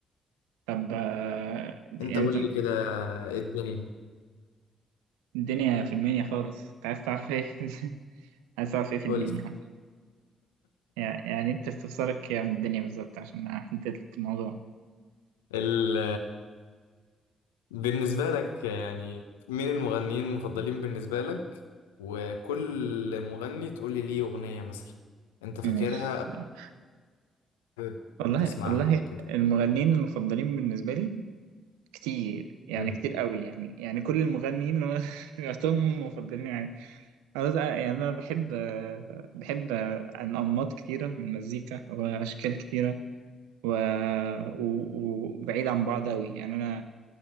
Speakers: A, on the right (about 80°); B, on the left (about 80°).
A: طب آه دي-
B: انت
A: يعني
B: قول
A: أنت
B: لي كده إيه الدنيا
A: الدنيا في المنيا خالص أنت عايز تعرف إيه؟ <laughs> عايز تعرف إيه في
B: قول
A: الدنيا يعني يعني أنت استفسارك يعني الدنيا بالظبط عشان أحدد لك الموضوع
B: ال بالنسبة لك يعني مين المغنيين المفضلين بالنسبة لك وكل مغني تقول لي ليه أغنية مثلا أنت فاكرها
A: ماشي
B: أو
A: آه.
B: حابب
A: والله
B: تسمعها
A: والله
B: أو كده
A: المغنيين المفضلين بالنسبة لي كتير يعني
B: مم.
A: كتير قوي يعني يعني كل المغنيين اللي أنا <laughs> سمعتهم هم مفضلين يعني انا زع- يعني انا بحب آه، بحب آه، عن انماط كتيره من المزيكا واشكال كتيره و... و... وبعيد عن بعض قوي يعني انا